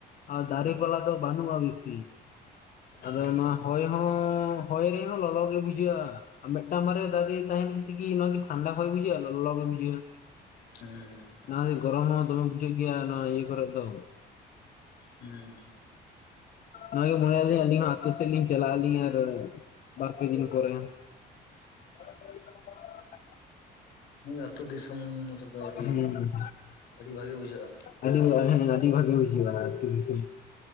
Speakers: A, on the left; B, on the left.
A: ᱟᱨ ᱫᱟᱨᱮ
B: ᱦᱮᱸ
A: ᱯᱟᱞᱟ ᱫᱚ ᱵᱟᱹᱱᱩᱜᱼᱟ ᱵᱤᱥᱤ ᱟᱫᱚ
B: ᱟᱪᱪᱷᱟ
A: ᱱᱚᱣᱟ
B: ᱟᱪᱪᱷᱟ
A: ᱦᱚᱭ ᱦᱚ ᱦᱚᱭ ᱨᱮᱦᱚ ᱞᱚᱞᱚ ᱜᱮ ᱵᱩᱡᱷᱟᱹᱜᱼᱟ᱾ ᱟᱨ ᱢᱮᱫᱴᱟᱝ ᱵᱟᱨᱭᱟ ᱫᱟᱨᱮ ᱛᱟᱦᱮᱱ ᱛᱮᱜᱮ ᱱᱚᱶᱴᱣᱟ ᱠᱤ ᱴᱷᱟᱱᱰᱟ ᱦᱚᱭ ᱵᱩᱡᱷᱟᱹᱜ-ᱟ ᱞᱚᱞᱚ ᱜᱮ ᱵᱩᱡᱷᱟᱹᱜ-ᱟ᱾
B: ᱦᱩᱸ
A: ᱚᱱᱟ ᱜᱮ ᱜᱚᱨᱚᱢ ᱦᱚᱸ ᱫᱚᱢᱮ ᱵᱩᱡᱷᱟᱹᱜ ᱜᱮᱭᱟ ᱱᱚᱣᱟ ᱤᱭᱟᱹ ᱠᱚᱨᱮ ᱫᱚ
B: ᱦᱩᱸ
A: ᱚᱱᱟᱜᱮ ᱵᱚᱭᱦᱟ ᱡᱮ ᱟᱹᱞᱤᱧ ᱦᱚᱸ ᱟᱯᱮ ᱥᱮᱫ ᱞᱤᱧ ᱪᱟᱞᱟᱜ ᱟᱹᱞᱤᱧ ᱟᱨ ᱵᱟᱨ-ᱯᱮ ᱫᱤᱱ ᱯᱚᱨᱮ᱾ <inaudible>
B: ᱱᱤᱭᱟᱹ ᱟᱹᱛᱩ ᱫᱤᱥᱚᱢ ᱨᱮᱫᱚ ᱟᱹᱰᱤ
A: ᱦᱩᱸ
B: ᱟᱹᱰᱤ ᱵᱷᱟᱜᱮ ᱵᱩᱡᱷᱟᱹᱜᱼᱟ
A: ᱟᱹᱰᱤ ᱟᱹᱰᱤ ᱟᱹᱰᱤ ᱵᱷᱟᱹᱜᱤ ᱵᱩᱡᱷᱟᱹ-ᱟ ᱟᱨᱠᱤ ᱦᱮᱸᱥᱮ